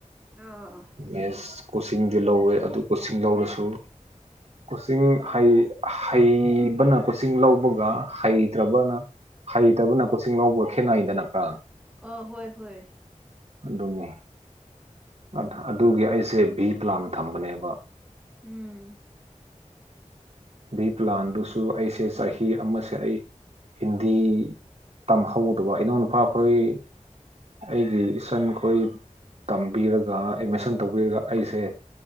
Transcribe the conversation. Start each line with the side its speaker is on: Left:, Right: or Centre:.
Centre: ꯑꯣ
Right: ꯃꯦꯁ ꯀꯣꯁꯤꯡꯗꯤ ꯂꯧꯋꯦ ꯑꯗꯨ ꯀꯣꯁꯤꯡ ꯂꯧꯔꯁꯨ ꯀꯣꯆꯤꯡ ꯍꯩ ꯍꯩꯕꯅ ꯀꯣꯆꯤꯡ ꯂꯧꯕꯒ ꯍꯩꯇ꯭ꯔꯕꯅ ꯍꯩꯇꯕꯅ ꯀꯣꯆꯤꯡ ꯂꯧꯕꯒ ꯈꯦꯠꯅꯩꯗꯅꯈꯔꯥ
Centre: ꯑꯥ ꯍꯣꯏ ꯍꯣꯏ
Right: ꯑꯗꯨꯅꯤ ꯑꯗꯨ ꯑꯗꯨꯒꯤ ꯑꯩꯁꯦ ꯕꯤ ꯄ꯭ꯂꯥꯟ ꯊꯝꯕꯅꯦꯕ
Centre: ꯎꯝ
Right: ꯕꯤ ꯄ꯭ꯂꯥꯟꯗꯨꯁꯨ ꯑꯩꯁꯦ ꯆꯍꯤ ꯑꯃꯁꯦ ꯑꯩ ꯍꯤꯟꯗꯤ ꯇꯝꯍꯧꯗꯕ ꯏꯅꯥꯎꯅꯨꯄꯥ ꯑꯈꯣꯏ ꯑꯩꯗꯤ ꯏꯆꯟꯈꯣꯏ ꯇꯝꯕꯤꯔꯒ ꯑꯦꯠꯃꯤꯁꯟ ꯇꯧꯕꯤꯔꯒ ꯑꯩꯁꯦ